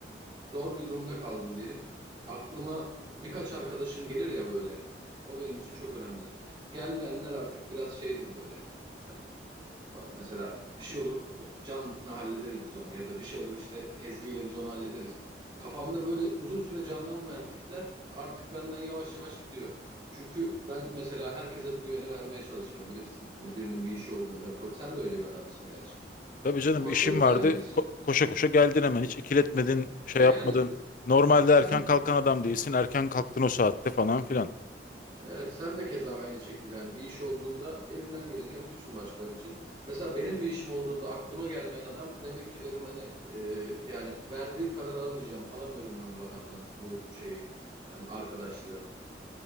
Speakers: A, on the right (about 30°); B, on the left (about 45°).
A: zor bir durumda kaldım diyelim. Aklıma birkaç arkadaşın gelir ya böyle. O benim için çok önemlidir. Gelmeyenler artık biraz şeydir böyle. Hani falan. mesela bir şey olur Can'la hallederiz biz onu ya da bir şey olur işte Ezgi'yle biz onu hallederiz. Kafamda böyle uzun süre canlanmayan tipler artık benden yavaş yavaş gidiyor. Çünkü ben mesela herkese bu güveni vermeye çalışırım bilirsin. Hani birinin bir işi olduğunda koç sen de öyle bir adamsın gerçi.
B: Tabii canım
A: Koşarız
B: işim vardı.
A: yani biz.
B: Ko- koşa koşa geldin hemen. Hiç ikiletmedin,
A: E,
B: şey yapmadın.
A: Yani
B: Normalde
A: sen
B: erken kalkan adam değilsin. Erken kalktın o saatte falan filan.
A: evet sen de keza aynı şekilde yani bir iş olduğunda elinden geleni yapıyorsun başkaları için. Mesela benim bir işim olduğunda aklıma gelmeyen adam demek ki derim hani e, yani verdiğim kadar alamayacağım. Alamıyorum ben bu adamdan bu şeyi hani arkadaşlığı.